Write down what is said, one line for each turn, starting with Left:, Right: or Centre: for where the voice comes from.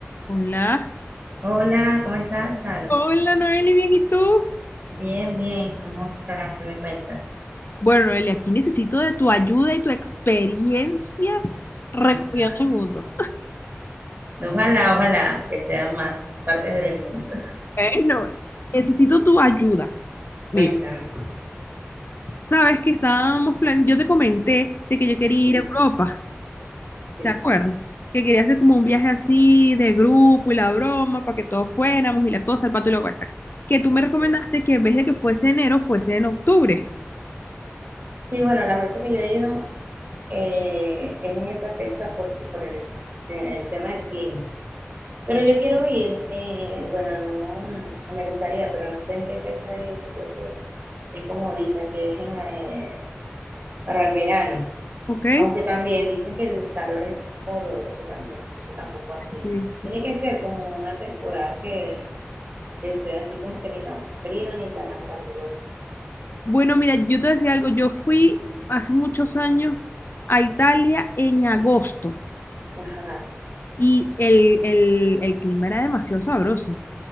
Left: Hola.
Right: Hola, ¿cómo estás, Charo?
Left: Hola, Noeli, bien, ¿y tú?
Right: Bien, bien, ¿cómo estás? ¿Qué me cuentas?
Left: Bueno, Noeli, aquí necesito de tu ayuda y tu experiencia recorriendo
Right: Ah,
Left: el mundo.
Right: ojalá, ojalá que sean más partes del mundo.
Left: Bueno, bueno, necesito tu ayuda. Mira,
Right: <laughs> Cuéntame.
Left: sabes que estábamos plan, yo te comenté de que yo quería
Right: Sí,
Left: ir a Europa,
Right: sí,
Left: ¿te acuerdas?
Right: sí.
Left: Que quería hacer como un viaje así de grupo y la broma para que todos fuéramos y la cosa, el pato y la guachaca. Que tú me recomendaste
Right: Sí,
Left: que en vez de que fuese enero, fuese en octubre,
Right: Sí, bueno, las veces que yo he ido eh, es en esa fecha porque por el, el tema del clima. Pero yo quiero ir, eh, bueno, no, no, me gustaría, pero no sé en qué fecha es, esa, creo que es como ahorita, que es en, eh, para el verano.
Left: ¿ok?
Right: Aunque también dicen que el calor es horroroso también, entonces tampoco así.
Left: Sí,
Right: Tiene que ser como una temporada que, que sea así como que ni tan frío ni tan caluroso.
Left: Bueno, mira, yo te decía algo, yo fui hace muchos años a Italia en agosto
Right: Ajá.
Left: y el, el- el clima era demasiado sabroso.